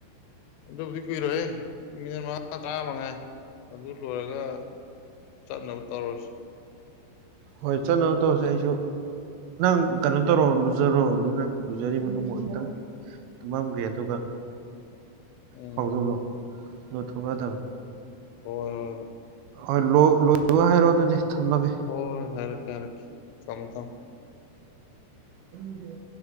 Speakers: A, on the left; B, on the right.
A: ꯑꯗꯨꯕꯨꯗꯤ ꯀꯨꯏꯔꯣꯏꯦ ꯃꯤꯅꯤꯠ ꯃꯉꯥ ꯇꯥꯃꯉꯥꯏ ꯑꯗꯨ ꯂꯣꯏꯔꯒ ꯆꯠꯅꯕ ꯇꯧꯔꯁꯤ
B: ꯍꯣꯏ ꯆꯂꯧ ꯇꯁꯦꯁꯨ ꯅꯪ ꯀꯩꯅꯣ ꯇꯣ ꯔꯣꯂꯨꯖꯣꯜꯂꯨ ꯅꯪ ꯂꯨꯖꯔꯤ ꯃ ꯃ ꯇꯨꯝꯃꯝꯒꯦ ꯑꯗꯨꯒ
A: ꯎꯝ
B: ꯍꯧꯥꯎꯗꯣꯛꯂꯣ ꯑꯗꯨꯣ ꯊꯣꯛꯂꯛꯑꯗꯕꯅꯤ
A: ꯍ
B: ꯍꯣꯏ ꯂ ꯂꯣꯏꯕ ꯍꯥꯏꯔꯣ ꯑꯗꯨꯗꯤ ꯊꯝꯃꯒꯦ
A: ꯑꯣ ꯍꯦꯔ ꯀꯦꯔ ꯊꯃ ꯇ
B: ꯎꯝ